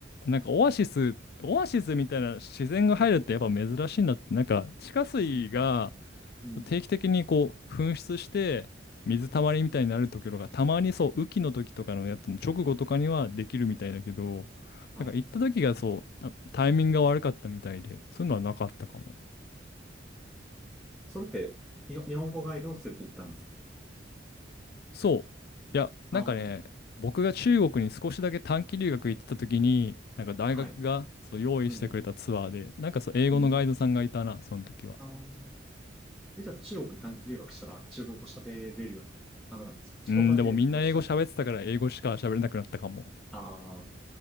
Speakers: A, on the left; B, in the centre.
A: なんかオアシス、オアシスみたいな自然が入るってやっぱ珍しいんだって、なんか地下水が
B: うんうん
A: 定期的にこう噴出して水たまりみたいになるところがたまにそう雨季の時とかのやつの直後とかにはできるみたいだけど、
B: はい。
A: なんか行った時がそう、あタイミングが悪かったみたいで、そういうのはなかったかも。
B: それって、日本日本語ガイドを連れて行ったんですか
A: そう。いや、
B: ああ、
A: なんかね、僕が中国に少しだけ短期留学行ってた時に、なんか大学がそう用意してくれたツアーで、
B: はい。うん。
A: なんかそう英語のガイドさんがいたな、
B: うん
A: その時は。
B: あーえ、じゃあ中国に短期留学したら中国語喋れるような、あれなんですかちょっとだけ勉強したら。
A: うん、でもみんな英語喋ってたから英語しか喋れなくなったかも。
B: ああ。